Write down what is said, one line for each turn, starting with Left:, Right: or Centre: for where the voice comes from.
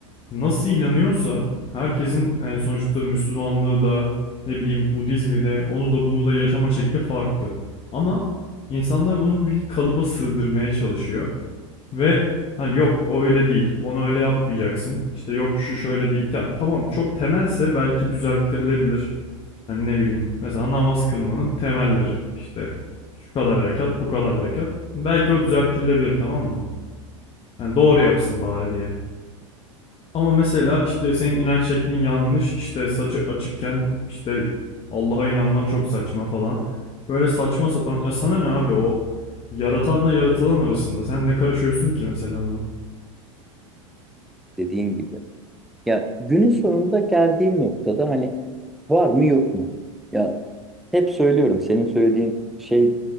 Left: nasıl inanıyorsa herkesin yani sonuçta Müslümanlığı da ne bileyim Budizmi de onu da bunu da yaşama şekli farklı. Ama insanlar bunu bir kalıba sığdırmaya çalışıyor. Ve hani yok o öyle değil. Onu öyle yapmayacaksın. İşte yok şu şöyle değil. Yani tamam çok temelse belki düzelttirilebilir. Hani ne bileyim mesela namaz kılmanın temelleri. İşte şu kadar rekat, bu kadar rekat. Belki o düzelttirilebilir tamam mı? Yani doğru yapsın bari diye. Ama mesela işte senin inanç şeklin yanlış, işte saçı açıkken işte Allah'a inanman çok saçma falan. Böyle saçma sapan. Ya sana ne abi o yaratanla yaratılan arasında. Sen ne karışıyorsun ki mesela buna?
Centre: Dediğin gibi. Ya günün sonunda geldiğim noktada hani var mı yok mu? Ya Hep söylüyorum senin söylediğin şey